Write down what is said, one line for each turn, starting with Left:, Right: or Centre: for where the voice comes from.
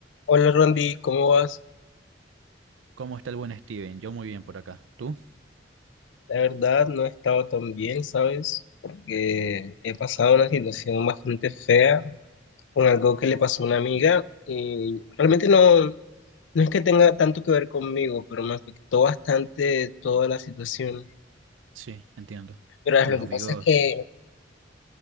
Left: Hola Rondi, ¿cómo vas?
Right: ¿Cómo está el buen Steven? Yo muy bien por acá. ¿Tú?
Left: La verdad no he estado tan bien, ¿sabes? Porque he pasado una situación bastante fea con algo que le pasó a una amiga y realmente no, no es que tenga tanto que ver conmigo, pero me afectó bastante toda la situación.
Right: Sí, entiendo.
Left: Pero
Right: Los
Left: lo que
Right: amigos.
Left: pasa es que